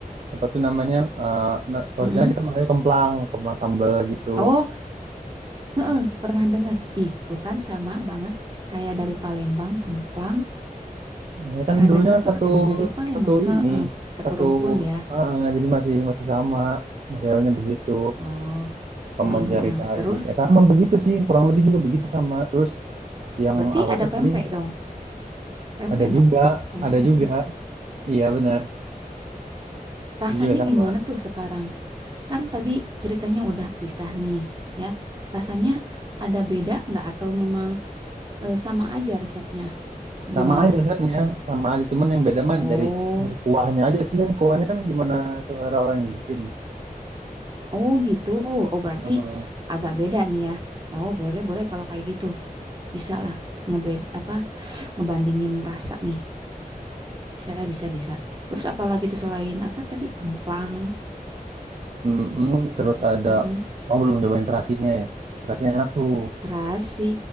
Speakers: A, on the right; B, on the right.
A: apa tuh namanya eh nah, kalau
B: Mm-mm.
A: di sana kita makannya kemplang kemplang sambal gitu
B: Oh Heeh, pernah dengar. Ih, tuh kan sama banget kayak dari Palembang, Kemplang.
A: Ya kan
B: Pernah
A: dulunya
B: dengar
A: kan
B: tuh
A: satu
B: katanya dari Palembang.
A: satu
B: Heeh,
A: ini
B: satu
A: satu
B: rumpun ya.
A: ah, jadi masih masih sama modelnya begitu
B: Oh,
A: pemen
B: heeh, heeh.
A: cari-cari
B: Terus
A: eh, sama begitu sih kurang lebih juga begitu sama terus yang
B: berarti
A: awetnya
B: ada pempek
A: paling
B: dong. Pempek
A: ada
B: nggak?
A: juga
B: Pempek
A: ada
B: nggak
A: juga
B: sih?
A: iya benar
B: Rasanya
A: itu juga sama
B: gimana tuh sekarang? Kan tadi ceritanya udah pisah nih, ya. Rasanya ada beda nggak atau memang eh, sama aja resepnya?
A: sama
B: Gimana
A: aja
B: tuh?
A: setnya sama aja cuman yang beda mah
B: Oh,
A: dari dari kuahnya aja sih kan kuahnya kan gimana selera orang yang bikin
B: oh gitu. Oh berarti
A: Mm,
B: agak beda nih ya. Oh, boleh boleh kalau kayak gitu. bisa lah ngebed apa ngebandingin rasa nih saya bisa bisa terus apalagi tuh selain apa tadi kemplang
A: mm, mm. terus ada
B: mm
A: oh belum nyobain terasinya ya terasinya enak tuh
B: terasi